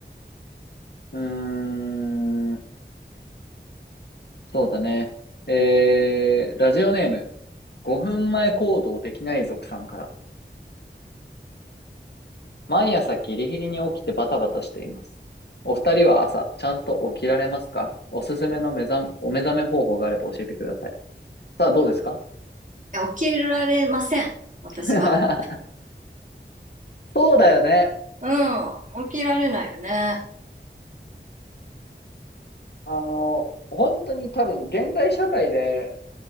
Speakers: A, on the left; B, on the right.
A: うーん、そうだね。えー、ラジオネーム、5分前行動できない族さんから。毎朝ギリギリに起きてバタバタしています。お二人は朝、ちゃんと起きられますかおすすめの目覚、お目覚め方法があれば教えてください。さあ、どうですか
B: や、起きられません。私は。
A: <laughs> そうだよね。
B: うん。起きられないよね。
A: あの、本当に多分、現代社会で